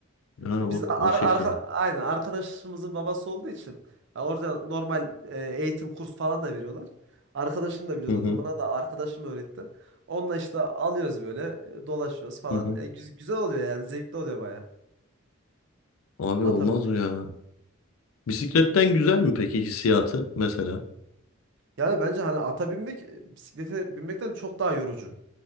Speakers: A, on the left; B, on the right.
A: Ha
B: Ve
A: o,
B: Biz de
A: o
B: ar
A: şekil.
B: arka aynen arkadaşımızın babası olduğu için ya orada normal e, eğitim kurs falan da veriyorlar. Arkadaşım da biliyor
A: Hı
B: zaten
A: hı
B: bana da arkadaşım öğretti. Onunla işte alıyoruz böyle e, dolaşıyoruz falan.
A: hı hı.
B: E, güz- güzel oluyor yani zevkli oluyor baya
A: Abi
B: ata
A: olmaz
B: binmek.
A: mı ya? Bisikletten güzel mi peki hissiyatı mesela?
B: Yani bence hani ata binmek e, bisiklete binmekten çok daha yorucu.